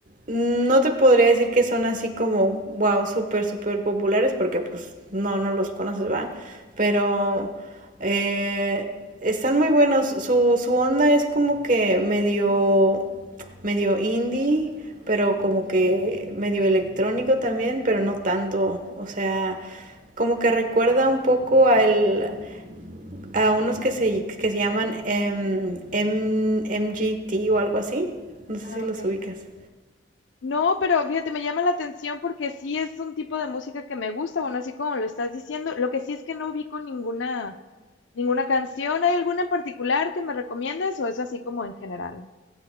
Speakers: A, on the right (about 40°); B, on the left (about 70°).
A: no te podría decir que son así como, wow, súper, súper populares, porque pues no, no los conoces, va. Pero eh, están muy buenos. Su, su onda es como que medio, medio indie, pero como que medio electrónico también, pero no tanto. O sea, como que recuerda un poco al, a unos que se, que se llaman m em, MGT o algo así. No sé
B: Ah,
A: si los
B: ok.
A: ubicas.
B: No, pero fíjate, me llama la atención porque sí es un tipo de música que me gusta, bueno, así como lo estás diciendo. Lo que sí es que no ubico ninguna, ninguna canción. ¿Hay alguna en particular que me recomiendes o es así como en general?